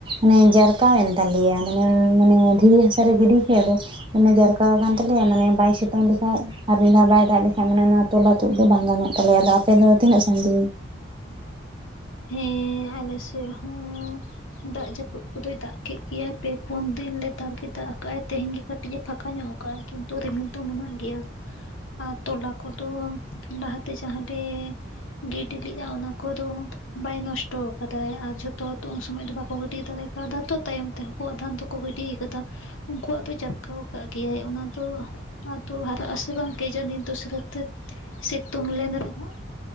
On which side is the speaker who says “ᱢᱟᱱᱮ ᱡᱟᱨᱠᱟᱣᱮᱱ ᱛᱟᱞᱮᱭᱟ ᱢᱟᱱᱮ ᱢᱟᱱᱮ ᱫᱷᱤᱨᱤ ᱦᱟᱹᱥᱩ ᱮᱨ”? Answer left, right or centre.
Right